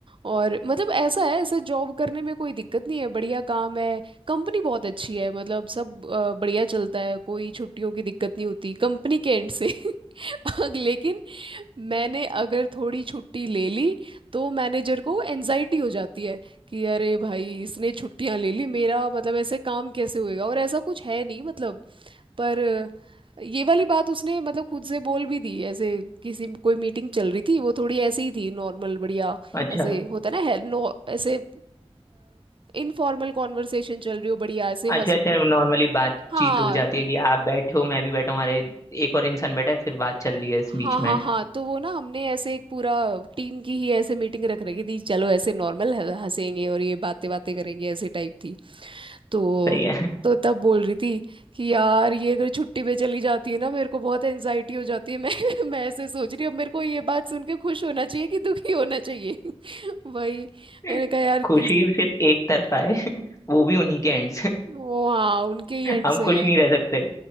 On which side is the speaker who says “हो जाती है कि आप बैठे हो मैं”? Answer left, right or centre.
Left